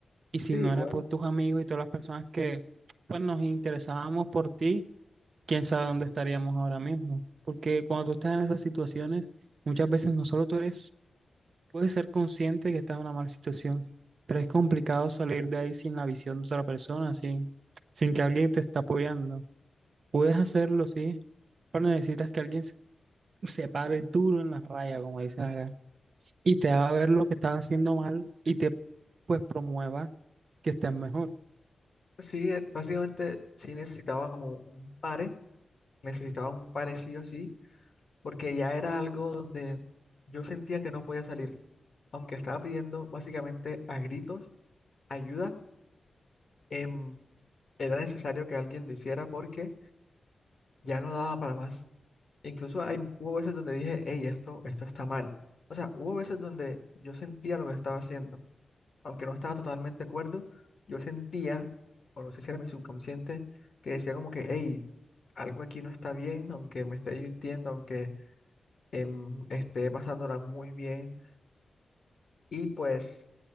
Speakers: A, on the right; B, on the left.
A: Y si
B: Sí,
A: no
B: igual.
A: era por tus amigos y todas las personas que, pues, nos interesábamos por ti quién sabe dónde estaríamos ahora mismo. Porque cuando tú estás en esas situaciones, muchas veces no solo tú eres, puedes ser consciente que estás en una mala situación, pero es complicado salir de ahí sin la visión de otra persona, sin, sin que alguien te está apoyando. Puedes hacerlo, sí, pero necesitas que alguien se, se pare duro en la raya, como dicen acá, y te haga ver lo que estás haciendo mal y te, pues, promueva que estés mejor.
B: Sí, eh, básicamente sí necesitaba como un pare, necesitaba un pare sí o sí, porque ya era algo donde yo sentía que no podía salir, aunque estaba pidiendo básicamente a gritos ayuda, em, era necesario que alguien lo hiciera porque ya no daba para más. Incluso hay, hubo veces donde dije, hey, esto, esto está mal. O sea, hubo veces donde yo sentía lo que estaba haciendo aunque no estaba totalmente de acuerdo, yo sentía, o no sé si era mi subconsciente, que decía como que, hey, algo aquí no está bien, aunque me esté divirtiendo, aunque em, esté pasándola muy bien. Y pues